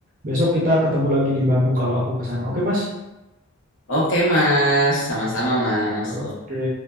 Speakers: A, on the right; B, on the left.
A: Besok kita ketemu lagi di Bandung kalau aku ke sana. Oke, Mas?
B: Oke Mas, sama-sama Mas.
A: Oke.